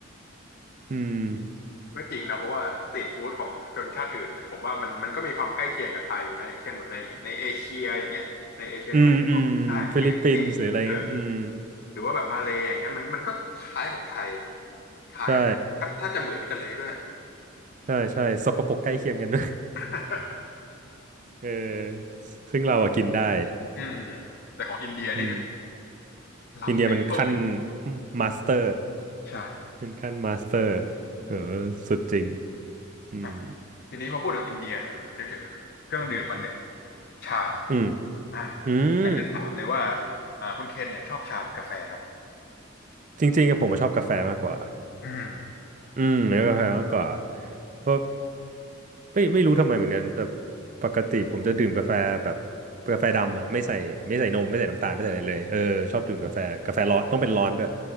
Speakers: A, on the right; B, on the left.
A: อืม
B: ก็จริงนะเพราะว่าสตรีทฟู้ดของชนชาติอื่นเนี่ยผมว่ามันมันก็มีความใกล้เคียงกับไทยอยู่นะอย่างเช่นแบบในในเอเชียอย่างเงี้ยในเอเชียตัวนออกใต้ฟิลิปปินส์เออ
A: อืมอืมฟิลิปปินส์หรืออะไรเงี้ยอืม
B: หรือว่าแบบมาเลย์อย่างเงี้ยมันมันก็คล้ายของไทยคล้ายแทบแทบจะเหมือนกันเลยด้วย
A: ใช่ใช่ใช่สกปรกใกล้เคียงกันด้วย
B: <laughs>
A: <laughs> เออซึ่งเราอะกินได้
B: อืมแต่ของอินเดียนี่คือ
A: อืม
B: ล้ำไปตรง
A: อินเดียมันขั้นมาสเตอร์
B: ใช่
A: เป็นขั้นมาสเตอร์เออสุดจริงอืม
B: อ่ะทีนี้พอพูดถึงอินเดียเนี่ยผมนึกถึงเครื่องดื่มมันหนึ่ง ชา
A: อืม
B: อ่า
A: อืม
B: อยากจะถามเลยว่าอ่าคุณเคนเนี่ยชอบชาหรือกาแฟครับ
A: จริงๆอะผมอะชอบกาแฟมากกว่า
B: อืม
A: อืมเนื้อกาแฟมากกว่าเพราะไม่ไม่รู้ทำไมเหมือนกันแต่ปกติผมจะดื่มกาแฟแบบกาแฟดำอะไม่ใส่ไม่ใส่นมไม่ใส่น้ำตาลไม่ใส่อะไรเลยเออชอบดื่มกาแฟกาแฟร้อนต้องเป็นร้อนด้วย